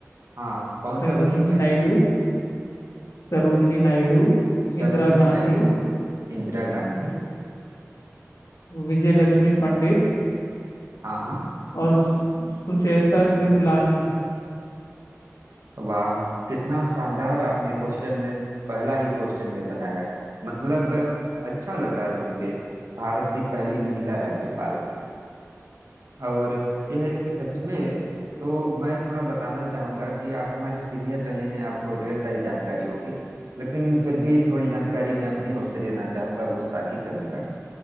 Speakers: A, on the right (about 70°); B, on the left (about 80°).
A: हाँ कौन सा
B: सरोजनी
A: विकल्प है
B: नायडू
A: क्या
B: सरोजनी नायडू
A: सरोजनी
B: इंदिरा गांधी
A: नायडू इंदिरा गांधी
B: विजय लक्ष्मी पंडित
A: हाँ हाँ
B: और सु- सुचेता कृपलानी
A: वाह कितना शानदार आपने क्वेश्चन पहला ही क्वेश्चन में बनाया मतलब अच्छा लग रहा है सुन के भारत की पहली महिला राज्यपाल और यह एक सच में तो मैं थोड़ा बताना चाहूंगा कि आप हमारे सीनियर रहे हैं आपको ढेर सारी जानकारी होगी लेकिन फिर भी थोड़ी जानकारी मैं अपनी ओर से देना चाहूंगा गुस्ताखी करूंगा